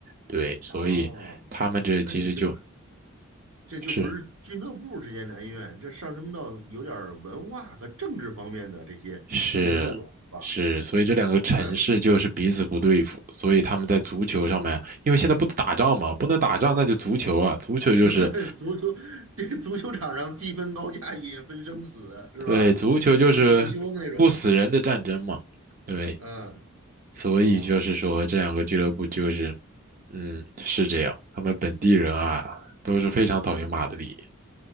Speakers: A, on the right; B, on the right.
A: 对，所以他们这其实就
B: 哦，那你就这就不是俱乐部之间的恩怨，
A: 是
B: 这上升到有点儿文化和政治方面的这些因素了，
A: 是是，
B: 是吧？
A: 所以这两个城市就是彼此不对付，
B: 怪不得
A: 所以他们在足球上面，因为现在不打仗嘛，不能打仗，那就足球啊，足球就是，
B: <laughs> 足球这足球场上既分高下也分生死，是吧？
A: 对，足球就是不死人的战争嘛。
B: 不死不休那种。
A: 对，
B: 嗯，
A: 所以就是说，
B: 哦，
A: 这两个俱乐部就是，嗯，是这样。他们本地人啊，都是非常讨厌马德里。